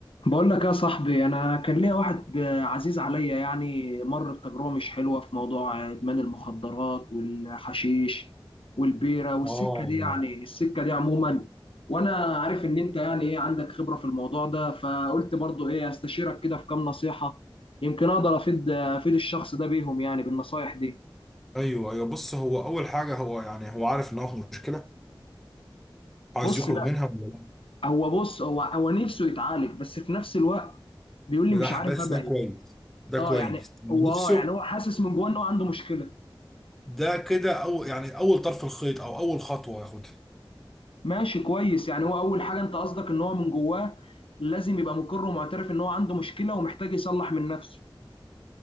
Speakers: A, on the left (about 80°); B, in the centre.
A: بقول لك يا صاحبي انا كان ليا واحد آه، عزيز عليا يعني مر بتجربه مش حلوه في موضوع آه، ادمان المخدرات والحشيش والبيره والسكه
B: اه
A: دي يعني السكه دي عموما وانا عارف ان انت يعني ايه عندك خبره في الموضوع ده فقلت برضو ايه استشيرك كده في كام نصيحه يمكن اقدر افيد افيد الشخص ده بيهم يعني بالنصايح دي
B: ايوه ايوه بص هو اول حاجه هو يعني هو عارف ان هو في مشكله عايز
A: بص
B: يخرج
A: لا
B: منها ولا لا
A: هو بص هو هو نفسه يتعالج بس في نفس الوقت بيقول
B: بلا-
A: لي مش عارف
B: بس
A: ابعد
B: ده كويس ده
A: اه
B: كويس
A: يعني
B: نفسه
A: هو اه يعني هو حاسس من جوه ان هو عنده مشكله
B: ده كده او يعني اول طرف الخيط او اول خطوه ياخدها
A: ماشي كويس يعني هو اول حاجه انت قصدك ان هو من جواه لازم يبقى مقر ومعترف ان هو عنده مشكله ومحتاج يصلح من نفسه